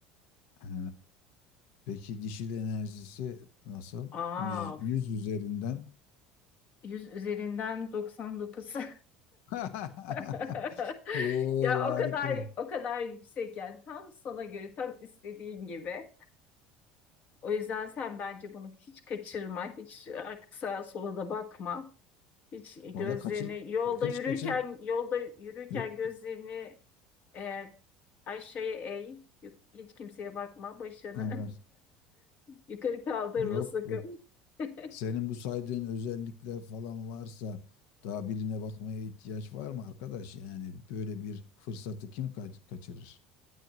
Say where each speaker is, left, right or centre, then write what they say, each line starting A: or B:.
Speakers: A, on the left; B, on the left.
A: ha, peki dişil enerjisi nasıl?
B: Aa,
A: yüz yüz üzerinden.
B: 100 üzerinden 99. <laughs>
A: <laughs>
B: <laughs>
A: Oo
B: Ya
A: harika.
B: o kadar o kadar yüksek yani tam sana göre tam istediğin gibi. O yüzden sen bence bunu hiç kaçırma. Hiç artık sağa sola da bakma. Hiç gözlerini
A: Valla kaçır
B: yolda
A: kaç
B: yürürken
A: kaçır.
B: yolda yürürken
A: Yok.
B: gözlerini e, aşağıya eğ. Yuk- Hiç kimseye bakma. Başını
A: ha, ben-
B: <laughs> yukarı kaldırma
A: Yok
B: sakın.
A: yok
B: <laughs>
A: Senin bu saydığın özellikler falan varsa daha birine bakmaya ihtiyaç var mı arkadaş? Yani böyle bir fırsatı kim kaç- kaçırır?